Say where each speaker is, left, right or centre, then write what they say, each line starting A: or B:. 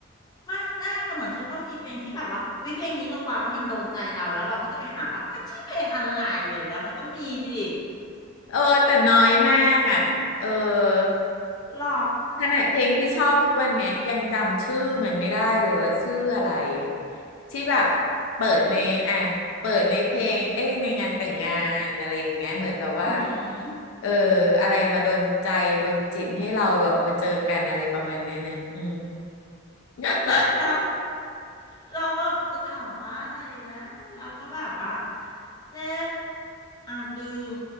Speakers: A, on the left (about 20°); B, on the left (about 70°).
A: ไม่แจ้แต่เหมือนก็ต้องมีเพลงที่แบบว่าวิเพลงนี้เราว้าวมันโดนใจเราแล้วเราก็จะไปหาว่ามันชื่อเพลงอะไรอย่างเงี้ยมันต้องมีดิ
B: เออแต่น้อยมากอ่ะเออ
A: หรอ
B: ขนาดเพลงที่ชอบทุกวันเนี่ยยังจำชื่อมันไม่ได้เลยว่าชื่ออะไรที่แบบเปิดในอ่ะเปิดในเพลงเอ้ยในงานแต่งงานอะไรอย่างเงี้ยเหมือนแบบว่า
A: อือ
B: เอออะไรมาดนใจดนจิตให้เราแบบมาเจอกันอะไรประมาณเนี้ยนะอืม <laughs>
A: <laughs> แล้ว เราแบบจะถามว่าอะไรนะเราก็แบบว่าเจ๊อ้าวลืม